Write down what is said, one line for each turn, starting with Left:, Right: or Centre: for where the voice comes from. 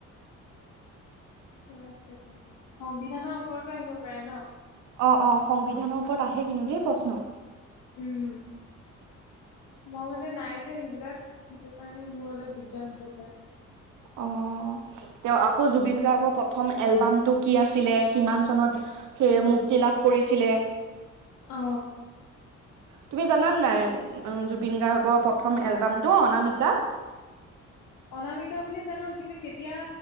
Left: ঠিকে আছে তেন্তে সংবিধানৰ ওপৰতো আহিব পাৰে ন?
Right: অ অ সংবিধানৰ ওপৰত আহে কিন্তু দেই প্ৰশ্ন।
Left: উম। মই মানে নাই যে সেইবিলাক সেইটো কাৰণে মোৰ অলপ দিগদাৰ হ'ব পাৰে।
Right: অ তেওঁ আকৌ জুবিন গাৰ্গৰ প্ৰথম এলবামটো কি আছিলে? কিমান চনত সেয়ে মুক্তি লাভ কৰিছিলে।
Left: অ।
Right: তুমি জানানে নাই উম জুবিন গাৰ্গৰ প্ৰথম এলবামটো অনামিকা?
Left: অনামিকা বুলি জানো কিন্তু কেতিয়া